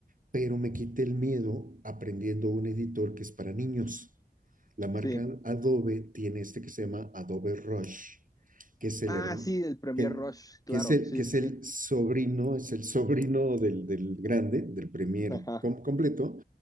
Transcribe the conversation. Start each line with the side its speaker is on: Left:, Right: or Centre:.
Right: pero me quité el miedo aprendiendo un editor que es para niños. La marca
Left: sí.
Right: Adobe tiene este que se llama Adobe Rush, que es el
Left: Ah,
Right: hermano,
Left: sí, el Premier
Right: que,
Left: Rush, claro,
Right: que, es el,
Left: sí,
Right: que es
Left: sí, sí.
Right: el sobrino, es el sobrino del, del grande, del Premiere
Left: Ajá,
Right: com completo,